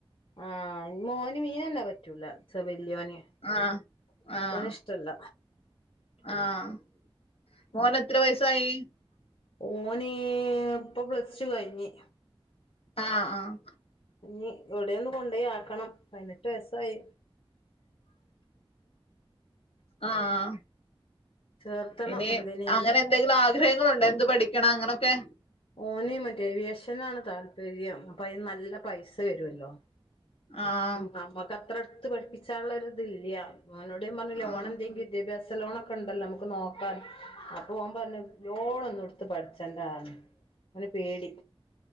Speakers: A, on the left (about 65°); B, on the left (about 80°).
A: ആഹ് മോന് മീനന്നെ പറ്റൂല വല്ല്യോന്
B: ആഹ് ആഹ്
A: ഓന് ഇഷ് ഇഷ്ട്ടല്ല
B: ആഹ് മോന് എത്ര വയസ്സായി
A: ഓന് ഇപ്പം പ്ലസ് ടു കഴിഞ്ഞ്
B: ആഹ് ആഹ്
A: ഇനി എവിടെ ഒന്ന് കൊണ്ടായി ആക്കണം പതിനെട്ട് വയസായി.
B: ആഹ്
A: ചേർത്തണം
B: ഇനി
A: എന്തിനെങ്കിലും
B: അങ്ങനെ എന്തെങ്കിലും ആഗ്രഹങ്ങളുണ്ടോ എന്ത് പഠിക്കണം അങ്ങനൊക്കെ?
A: ഓന് മറ്റേ ഏവിയേഷനാണ് താല്പര്യം അപ്പൊ അയ്ന് നല്ല പൈസ വരുവല്ലോ?
B: ആഹ്
A: നമ്മക്ക് അത്ര അടുത്ത് പഠിപ്പിച്ചാനുള്ളൊരിത് ഇല്ല ഓനോട് ഞാൻ പറഞ്ഞ് ലോണ്
B: ആഹ്
A: എന്തെങ്കി വിദ്യാഭ്യാ ലോണൊക്കെ ഉണ്ടല്ലോ നമുക്ക് നോക്കാം അപ്പൊ ഓൻ പറഞ്ഞ് ലോണൊന്നും എടുത്ത് പഠിച്ചണ്ടാന്ന് അവന് പേടി.